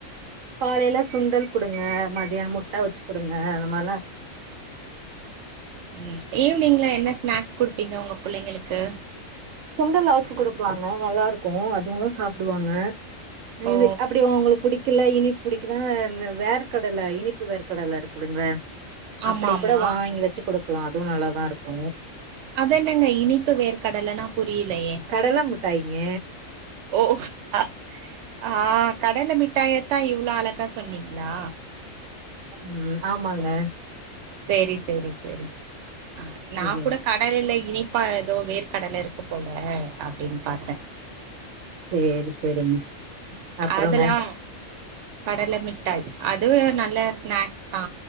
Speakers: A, on the right (about 80°); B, on the right (about 65°).
A: காலைல சுண்டல் குடுங்க மதியானம் முட்ட அவிச்சு குடுங்க அந்த மார்லா
B: ம் ஈவ்னிங்ல என்ன ஸ்நாக்ஸ் குடுப்பீங்க ஒங்க புள்ளைங்களுக்கு
A: சுண்டல் அவிச்சு குடுக்லாங்க நல்லாருக்கு அதுவு சாப்புடுவாங்க இந்து
B: ஓ
A: அப்புடி ஒங்களுக் புடி க்கல்ல இனிப் புடிக்குனா வேர்க்கடல இனிப்பு வேர்க்கடல இருக்குதுங்ல
B: ஆமா
A: அப்புடி
B: ஆமா
A: கூட வாங்கி வச்சு குடுக் லா அதுவு நல்லாதாருக்கு
B: அது என்னங்க இனிப்பு வேர் கடலனா புரியலயே
A: கடல மிட்டாய்ங்க
B: ஓ அ ஆ கடல மிட்டாய தா இவ்ளோ அழகா சொன்னீங்ளா
A: ம் ஆமாங்க
B: செரி செரி செரி ஆ நா
A: ம்
B: கூட கடல்ல இனிபபா ஏதோ வேர் கடல இருகு க்குபோல அப்டினு பாத்தே
A: <inaudible> அப்றோங்க
B: அதெலா கடல மிட் ட்டாய் அது நல்ல ஸ்நாக்ஸ் தா